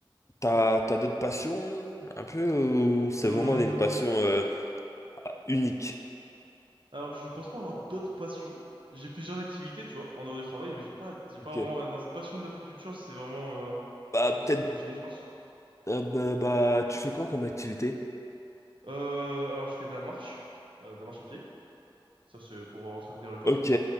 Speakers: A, on the left; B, on the right.
A: t'as, t'as d'autres passions un peu ou c'est
B: Hmm.
A: vraiment une passion euh, unique?
B: Alors, je pense pas avoir d'autres passions. J'ai plusieurs activités, tu vois, en dehors du travail, mais j'ai pas, j'ai pas
A: Ok,
B: vraiment. Dans cette passion de l'apiculture, c'est vraiment euh,
A: bah
B: quelque
A: peut-être,
B: chose qui me définit, je pense.
A: euh, bah, bah, tu fais quoi comme activité?
B: Euh, alors, je fais de la marche, euh, de la marche à pied. Ça, c'est pour euh, entretenir le corps.
A: Ok,